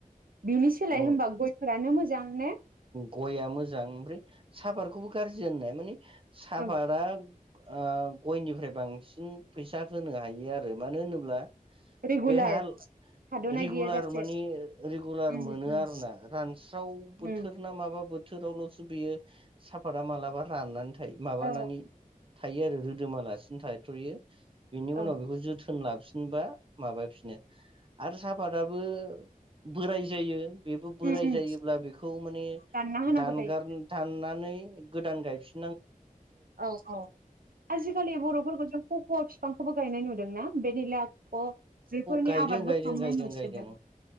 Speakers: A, on the right (about 80°); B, on the right (about 40°).
A: बिनि सोलाय
B: न।
A: होनबा गयफोरानो मोजां ने
B: गयआ मोजां ओमफ्राय। साफादखौबो गाज्रि होननो हाया माने। साफादा।
A: ओं
B: ओ गयनिफ्राय बांसिन फैसा होनो हायो आरो। मानो होनोब्ला
A: रेगुलार
B: बेहा
A: थाद'नाय
B: रेगुलार
A: गैयाजासे
B: माने रेगुलार
A: उम
B: मोनो
A: उम
B: आरोना रासिन। सावन बोथोर
A: उम
B: ना माबा बोथोर। बोथोरावलसो बियो साफादा मालाबा राननानै थाय माबानानै
A: औ
B: थायो आरो रोदोमा लासिनो थाथ'यो बेनि उनाव
A: औ
B: बेखौ जोथोन लाफिनबा माबाफिनो आरो सापाद फ्राबो बोराइ जायो बेबो बोराइ
A: उम उम
B: जायो अब्ला बेखौ माने
A: दानना होनांगौ
B: दानगार
A: जायो
B: दाननानै गोदान गायफि
A: औ औ आजिखालि बर'फोरखौ जों कक' फि फांखौबो गायनाय नुदों ना बेनिलाख' अ बेफोरनि
B: गायदों
A: आबादबो
B: गायदों
A: खालामनाय
B: गायदों
A: नुसोदों
B: गायदों